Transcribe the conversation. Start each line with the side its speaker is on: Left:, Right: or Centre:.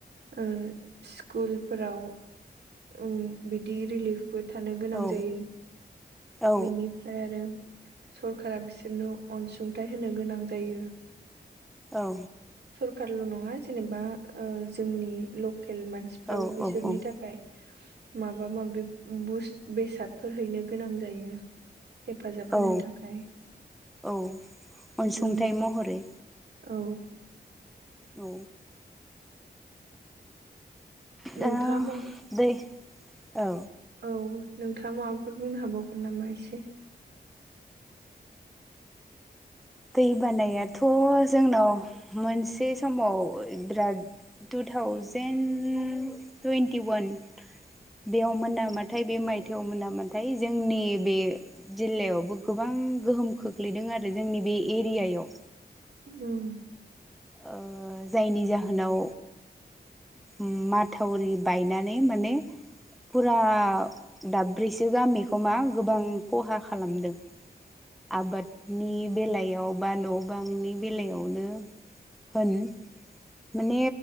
Right: ओ स्कुलफोराव उम बिदि रिलिफ बो थानो गोनां
Centre: औ
Right: जायो
Centre: औ
Right: बिनिफ्रा आरो सरखारा बिसोरनो अनसुंथाइ होनो गोनां जायो।
Centre: औ।
Right: सरखारल' नङा जेनेबा ओ जोंनि लकेल मानसि फ्राबो
Centre: औ
Right: बिसोरनि
Centre: उम
Right: थाखाय माबा माबि बुस बेसादफोर हैनो गोनां जायो। हेफाजाब होनो
Centre: औ
Right: थाखाय
Centre: औ
Right: <unintelligible>
Centre: अनसुंथाइ महरै
Right: औ
Centre: औ दा
Right: नोंथाङा मा
Centre: दै औ
Right: औ नोंथा माबाफोर बुंनो हाबावगोन नामा एसे?
Centre: दै बानायाथ' जोंनाव मोनसे समाव बिराद टु थावजेन टुन्टि वान बेयाव मोनामाथाय बे मायथायाव मोन नामाथाय जोंनि बे जिल्लायावबो गोबां गोहोम खोख्लैदों आरो जोंनि बे एरियायाव।
Right: उम
Centre: ओ जायनि जाहोनाव उम माथावरि बायनानै माने फुरा दाब्रैसो गामिखौ मा गोबां खहा खालामदों।
Right: <inaudible>
Centre: आबादनि बेलायाव बा न' बांनि बेलायावनो होन माने